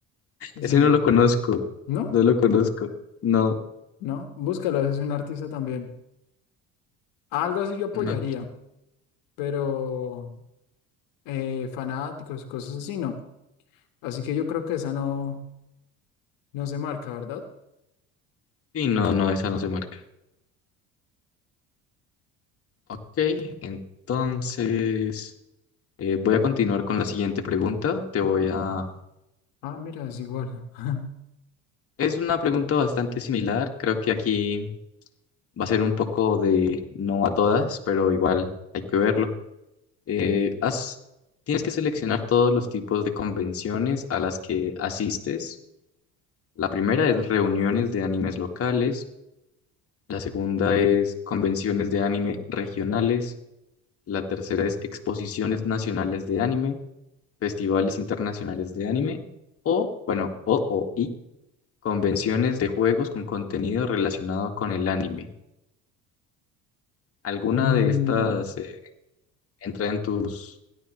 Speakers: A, on the left (about 45°); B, on the left (about 75°).
A: <laughs>
B: Es
A: Ese
B: un-
A: no lo conozco.
B: ¿No?
A: No lo conozco. No.
B: ¿No? Búscalo, es un artista también. Algo así yo apoyaría,
A: No.
B: pero eh, fanáticos, cosas así, no. Así que yo creo que esa no, no se marca, ¿verdad?
A: Y no, no, esa no se marca. Ok, entonces eh, voy a continuar con la siguiente pregunta. Te voy a...
B: Ah, mira, es igual. <laughs>
A: Es una pregunta bastante similar. Creo que aquí va a ser un poco de no a todas, pero igual hay que verlo. eh, has- tienes que seleccionar todos los tipos de convenciones a las que asistes. La primera es reuniones de animes locales, la segunda es convenciones de anime regionales, la tercera es exposiciones nacionales de anime, festivales internacionales de anime o, bueno, o, o, y convenciones de juegos con contenido relacionado con el anime. ¿Alguna
B: Mm,
A: de estas eh, entra en tus,